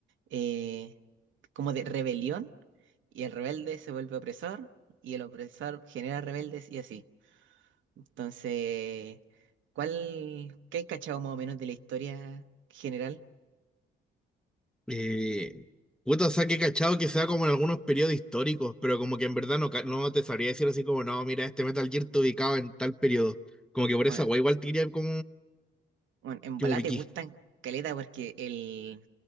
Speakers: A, on the right (about 75°); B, in the centre.
A: eh, como de rebelión y el rebelde se vuelve opresor y el opresor genera rebeldes y así. Entonces, ¿cuál, qué hay cachado más o menos de la historia general?
B: Eh, puta, o sea, que he cachado que sea como en algunos periodos históricos, pero como que en verdad no, ca- no te sabría decir así como, no, mira, este Metal Gear te ubicaba en tal periodo. Como que por
A: Bueno,
B: esa guay igual te diría como
A: bueno, en
B: que
A: volada
B: me ubiquí.
A: te gustan caleta porque el,